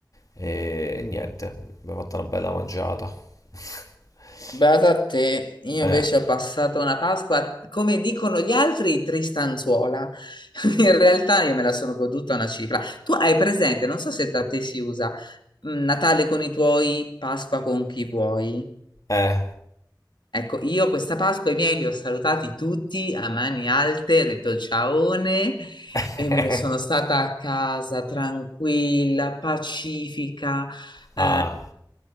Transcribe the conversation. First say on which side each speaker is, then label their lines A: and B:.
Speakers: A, on the left (about 50°); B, on the left (about 85°).
A: E, e niente, abbiamo fatto una bella mangiata. <laughs>
B: Beata a te, io
A: Eh,
B: invece ho È passato una Pasqua, come dicono gli altri, tristanzuola. <laughs> In realtà io me la sono goduta una cifra. Tu hai presente, non so se da te si usa, mh, Natale con i tuoi, Pasqua con chi vuoi.
A: eh.
B: Ecco, io questa Pasqua i miei li ho salutati tutti a mani alte, ho detto ciaone
A: <laughs>
B: e me ne sono stata a casa tranquilla, pacifica. Eh,
A: Ah,